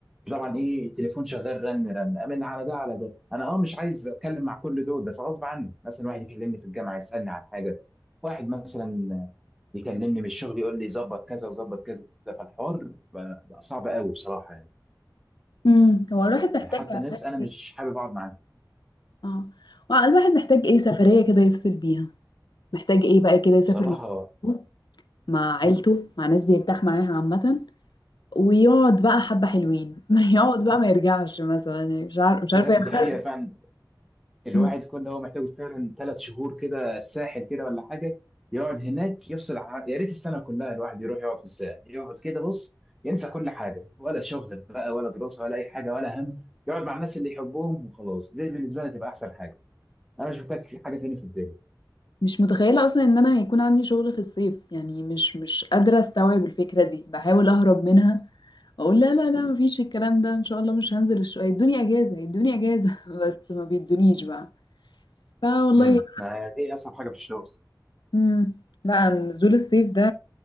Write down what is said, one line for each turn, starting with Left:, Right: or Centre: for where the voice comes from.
Centre: طبعا ايه التليفون شغال رن رن امن على ده على ده انا اه مش عايز اتكلم مع كل دول بس غصب عني مثلا واحد يكلمني في الجامعه يسالني عن حاجه واحد مثلا يكلمني من الشغل يقول لي ظبط كذا وظبط كذا فالحوار بقى, بقى صعب قوي بصراحه يعني.
Left: مم. هو الواحد
Centre: يعني
Left: محتاج
Centre: حتى
Left: عارف
Centre: ناس انا مش
Left: ايه
Centre: حابب اقعد معاهم
Left: اه وع- الواحد محتاج ايه سفرية كده يفصل بيها محتاج ايه بقى كده يسافر
Centre: بصراحه
Left: مع صحابه، مع عيلته مع ناس بيرتاح معاها عامة ويقعد بقى حبة حلوين <laughs> ما يقعد بقى ما يرجعش مثلا يعني مش عارف مش
Centre: <laughs>
Left: عارفة يعملها
Centre: دي حقيقه فعلا الواحد
Left: مم.
Centre: كل هو محتاجه فعلا ثلاث شهور كده الساحل كده ولا حاجه يقعد هناك يفصل عن- يا ريت السنه كلها الواحد يروح يقعد في الساحل يقعد كده بص ينسى كل حاجه ولا شغل بقى ولا دراسه ولا اي حاجه ولا هم يقعد مع الناس اللي يحبهم وخلاص دي بالنسبه لي تبقى احسن حاجه انا مش محتاج حاجه تاني في الدنيا
Left: مش متخيلة أصلا إن أنا هيكون عندي شغل في الصيف يعني مش مش قادرة أستوعب الفكرة دي بحاول أهرب منها اقول لا لا لا مفيش الكلام ده ان شاء الله مش هنزل الشقه يدوني اجازه يدوني اجازه <laughs> بس ما بيدونيش بقى فوالله
Centre: امم ما دي اصعب حاجه في الشغل
Left: امم لا نزول الصيف ده